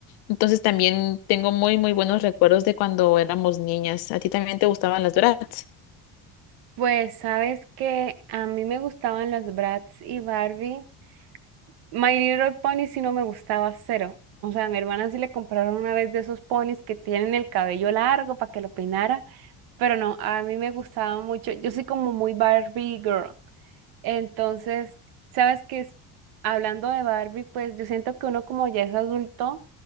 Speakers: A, on the left (about 85°); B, on the right (about 75°).
A: Entonces también tengo muy muy buenos recuerdos de cuando éramos niñas. ¿A ti también te gustaban las Bratz?
B: Pues sabes que a mí me gustaban las Bratz y Barbie, My Little Pony sí no me gustaba cero. O sea, a mi hermana sí le compraron una vez de esos ponis que tienen el cabello largo para que lo peinara, pero no, a mí me gustaba mucho. Yo soy como muy Barbie Girl. Entonces, sabes que es- hablando de Barbie, pues yo siento que uno como ya es adulto,